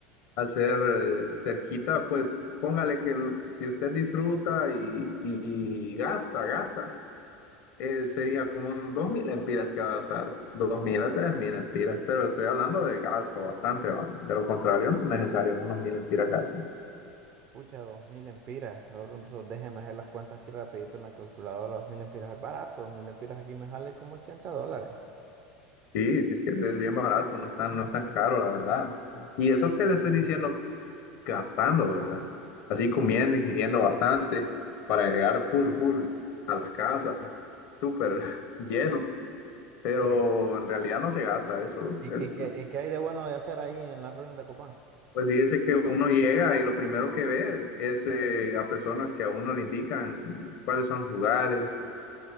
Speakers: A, on the left (about 65°); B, on the right (about 45°).
A: al ser eh, cerquita, pues póngale que el- si usted disfruta y, y- y gasta, gasta, eh, sería como unos 2.000 empiras que va a gastar, 2.000 a 3.000 empiras, pero estoy hablando de gasto bastante, va. De lo contrario, no es necesario unos 1.000 empiras gasta.
B: Pucha, dos mil empiras, solo, solo déjeme hacer las cuentas aquí rapidito en la calculadora, dos mil empiras es barato, dos mil empiras aquí me sale como 80 dólares.
A: Sí, si es que es bien barato, no es tan, no es tan caro, la verdad. Y eso que le estoy diciendo gastando, ¿verdad? Así comiendo, ingiriendo bastante para llegar full, full a las casas, súper <laughs> lleno, pero
B: Sí.
A: en realidad no se gasta eso.
B: ¿Y,
A: Es,
B: y qué, y qué hay de bueno de hacer ahí en las ruinas de Copán?
A: pues fíjese que uno llega y lo primero que ve es eh, a personas que a uno le indican cuáles son los lugares,